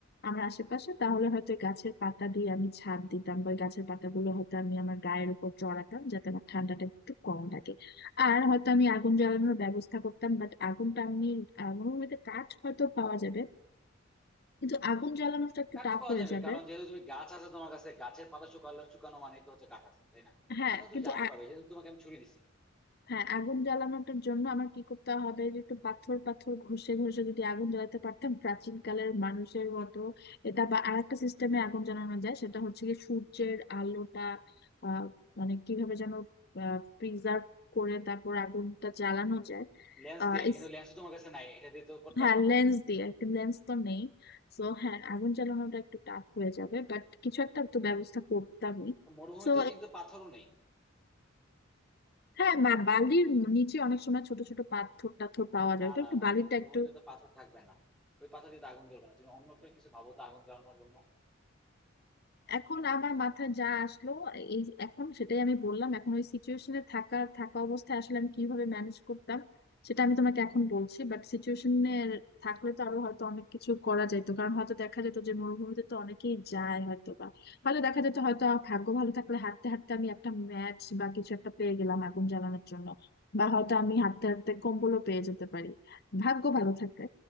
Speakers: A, on the left; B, in the centre.
A: আমার আশেপাশে তাহলে হয়তো ওই গাছের পাতা দিয়ে আমি ছাদ দিতাম বা ওই গাছের পাতাগুলো হয়তো আমি আমার গায়ের উপর চড়াতাম যাতে আমার ঠান্ডাটা একটু কম লাগে আর হয়তো আমি আগুন জ্বালানোর ব্যবস্থা করতাম বাট আগুনটা আমি আহ, মরুভূমিতে কাঠ হয়তো পাওয়া যাবে কিন্তু আগুন জ্বালানোটা একটু
B: কাঠ
A: টাফ
B: তো পাওয়া
A: হয়ে
B: যাবে
A: যাবে
B: কারণ যেহেতু তুমি গাছ আছে তোমার কাছে গাছের পাতা শুকালো শুকানো মানে তো হচ্ছে কাঠ আছে তাই না
A: হ্যাঁ
B: আগে
A: কিন্তু
B: তুমি জ্বালাতে পারবে কিন্তু তোমাকে আমি ছুরি দিছি
A: হ্যাঁ আগুন জ্বালানোটার জন্য আমার কি করতে হবে যে একটু পাথর পাথর ঘষে ঘষে যদি আগুন জ্বালাতে পারতাম প্রাচীন কালের মানুষের মতো এটা বা আরেকটা সিস্টেমে আগুন জ্বালানো যায় সেটা হচ্ছে কি সূর্যের আলোটা আহ মানে কিভাবে যেন প্রিজার্ভ করে তারপর আগুনটা জ্বালানো যায়
B: লেন্স
A: আহ
B: দিয়ে
A: ইস-
B: কিন্তু লেন্স তোমার কাছে নাই এটা দিয়ে তো করতে
A: হ্যাঁ
B: পারবে না
A: লেন্স দিয়ে একটা লেন্স তো নেই তো হ্যাঁ আগুন জ্বালানোটা একটু টাফ হয়ে যাবে বাট কিছু একটা তো ব্যবস্থা করতামই
B: মরুভূমিতেও
A: তো
B: কিন্তু পাথরও নেই
A: হ্যাঁ বা বালির নিচে অনেক সময় ছোট ছোট পাথর টাথর পাওয়া
B: না
A: যায় তো
B: না
A: একটু
B: না
A: বালিটা
B: না মরুভূমিতে
A: একটু
B: তো পাথর থাকবে না ওই পাথর দিয়ে তো আগুন জ্বলবে না তুমি অন্য একটা কিছু ভাবো তো আগুন জ্বালানোর জন্য
A: এখন আমার মাথায় যা আসলো এই এখন সেটাই আমি বললাম এখন ওই সিচুয়েশনে থাকা থাকা অবস্থায় আসলে আমি কিভাবে ম্যানেজ করতাম সেটা আমি তোমাকে এখন বলছি বাট সিচুয়েশনে থাকলে তো আরো হয়তো অনেক কিছু করা যেত কারণ হয়তো দেখা যেত যে মরুভূমিতে তো অনেকেই যায় হয়তো বা হয়তো দেখা যেত হয়তো আমার ভাগ্য ভালো থাকলে হাঁটতে হাঁটতে আমি একটা ম্যাচ বা কিছু একটা পেয়ে গেলাম আগুন জ্বালানোর জন্য বা হয়তো আমি হাঁটতে হাঁটতে কম্বলও পেয়ে যেতে পারি ভাগ্য ভালো থাকে